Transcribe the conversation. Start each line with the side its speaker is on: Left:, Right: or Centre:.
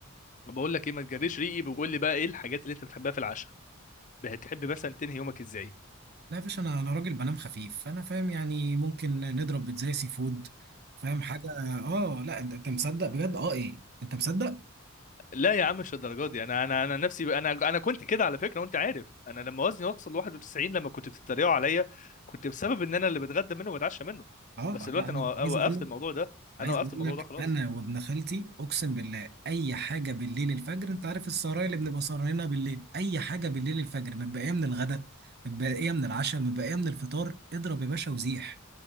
Left: بقول لك ايه ما تجريش ريقي بقول لي بقى ايه الحاجات اللي انت بتحبها في العشاء بتحب مثلا تنهي يومك ازاي
Right: لا يا باشا انا انا راجل بنام خفيف فانا فاهم يعني ممكن نضرب بيتزا سي فود فاهم حاجه اه لا انت أنت مصدق بجد اه ايه انت مصدق
Left: لا يا عم مش الدرجه دي انا انا انا نفسي انا انا كنت كده على فكره وانت عارف انا لما وزني وصل 91 لما كنت بتتريقوا عليا كنت بسبب ان انا اللي بتغدى منه وبتعشى منه
Right: اه
Left: بس دلوقتي
Right: لا انا
Left: انا
Right: عايز
Left: وقفت
Right: اقول لك
Left: الموضوع ده انا
Right: عايز
Left: وقفت
Right: اقول
Left: الموضوع
Right: لك
Left: ده خلاص
Right: انا وابن خالتي اقسم بالله اي حاجه بالليل الفجر انت عارف السهرايه اللي بنبقى سهرانينها بالليل اي حاجه بالليل الفجر متبقيه من الغدا متبقيه من العشاء متبقيه من الفطار اضرب يا باشا وزيح